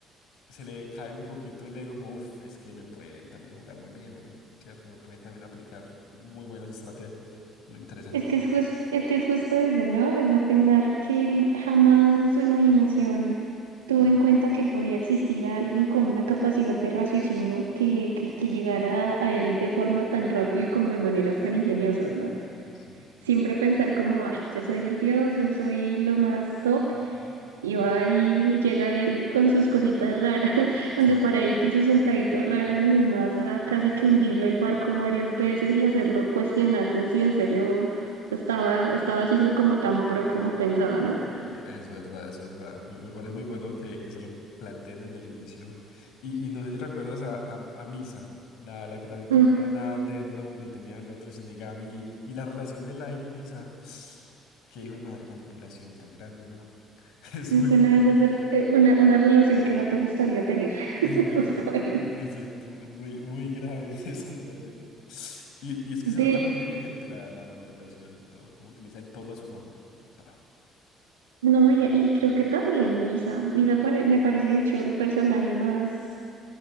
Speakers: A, on the left; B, on the right.
A: se le cae un poquito el ego, como, uff, es que me pueden también jugar muy bien a mí, ¿cierto? Me pueden también aplicar muy buenas estrategias. Muy interesante,
B: Es que
A: ¿no?
B: es jus- es que es justo eso, ¿no? O sea, pensar que él jamás en su imaginación tuvo en cuenta que podía existir alguien con una capacidad de raciocinio que, que, que llegara a, a él de forma tan rápida y como de maneras tan ingeniosas,
A: Ujú.
B: ¿no?
A: Sí.
B: Siempre pensar como, ah, yo soy el dios, yo soy lo más top,
A: Ujú.
B: y va y llega él con sus cositas raras, <laughs> con
A: Sí.
B: su paradito y su sentadito raro y demás, a casi que hundirle el barco varias veces y hacerlo cuestionarse en si en serio estaba, estaba siendo como tan pro como pensaba, ¿no?
A: Sí, es verdad, es verdad. Me, me parece muy bueno que, que se lo planteen desde el inicio. Y, y no sé si recuerdas a, a, a Misa, la, la que también tenía
B: Mm,
A: una Death Note y tenía el otro Shinigami. Y, y la relación de Light y Misa. Qué hijo de madre, manipulación tan grande, ¿no? <laughs> Es
B: Es
A: muy,
B: una de esas, rel- eh, una, una relación que no te gustaría tener,
A: en
B: <laughs>
A: efecto,
B: justamente.
A: <laughs> en efecto, muy, muy grave <laughs> esa relación. Y, y es que se nota
B: De,
A: muy evidente la, la manipulación de todo, cómo utiliza el todo a su favor. Todo.
B: no, y, y creo que también Misa. Misa pare- me parece, de hecho, el personaje más,